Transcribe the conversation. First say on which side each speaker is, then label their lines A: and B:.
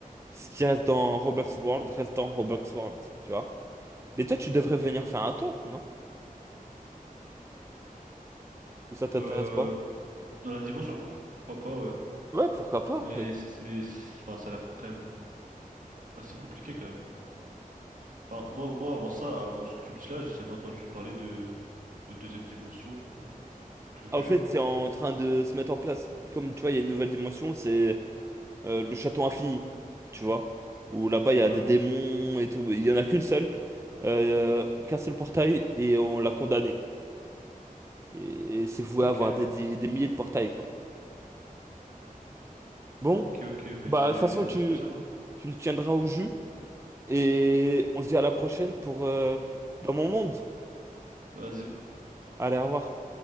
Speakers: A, on the right (about 20°); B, on the right (about 65°).
A: ce qui reste dans Roblox World reste dans Roblox World, tu vois. Mais toi, tu devrais
B: Ok.
A: venir faire un tour, non? Ou ça t'intéresse
B: Euh...
A: pas?
B: Dans la dimension? Pourquoi pas, ouais.
A: Ouais, pourquoi pas?
B: Mais c'est, enfin, ça a l'air quand même assez compliqué quand même. Enfin, moi, moi, avant ça, avant ce que tu me dis là, j'ai jamais entendu parler de, de deuxième dimension ou truc
A: Ah,
B: du
A: au fait,
B: genre.
A: c'est en train de se mettre en place. Comme tu vois, il y a une nouvelle dimension, c'est euh, le château infini, tu vois. Où là-bas, il y
B: Ouais.
A: a des démons et tout. Il y en a qu'une seule, euh, qu'un seul portail, et on l'a condamné. Et, et c'est voué
B: Ok,
A: à avoir des, di- des milliers de portails, quoi. Bon,
B: ok, ok, mais
A: bah,
B: c'est
A: de toute façon,
B: c'est
A: tu,
B: assez spécial, hein.
A: tu me tiendras au jus, et on se dit à la prochaine pour euh, Dans mon monde.
B: Vas-y.
A: Allez, au revoir.